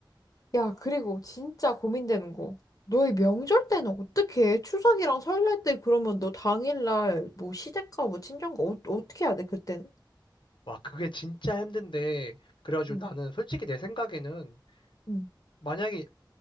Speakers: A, on the left; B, on the left.
A: 야, 그리고 진짜 고민되는 거. 너의 명절 때는 어떻게 해? 추석이랑 설날 때 그러면 너 당일날 뭐 시댁가 뭐 친정가 어, 어떻게 해야 돼, 그때는?
B: 와, 그게 진짜 힘든데. 그래가지고
A: 응,
B: 나는 솔직히 내 생각에는
A: 응,
B: 만약에